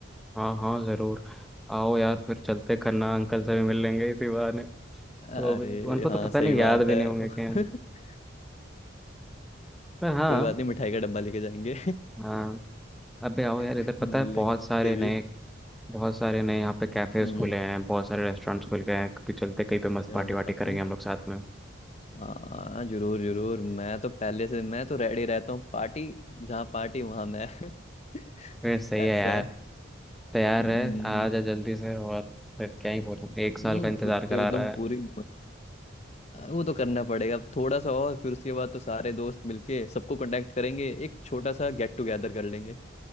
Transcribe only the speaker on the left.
अरे
हाँ
सही
बात
है
<laughs>
कोई बात नहीं मिठाई का डब्बा लेके जाएंगे
<laughs>
मिल
लेंगे
उससे
भी
हम्म
क्या
बात
है
हाँ जरूर जरूर मैं तो पहले से मैं तो रेडी रहता हूँ पार्टी जहाँ पार्टी वहाँ मैं <laughs>
ऐसा
है
हम्म
हम्म,
फिर
तो एकदम
पूरी मस्त वो तो करना पड़ेगा अब थोड़ा सा और फिर उसके बाद तो सारे दोस्त मिलके सबको कांटेक्ट करेंगे एक छोटा सा गेट टुगेदर कर लेंगे